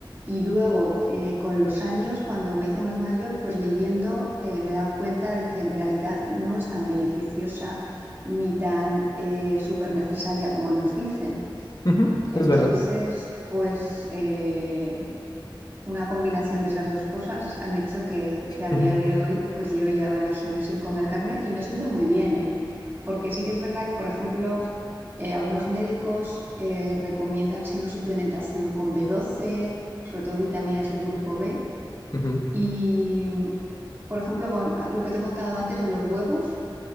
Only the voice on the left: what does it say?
Ujú,
es verdad.
Ujú,
ujú,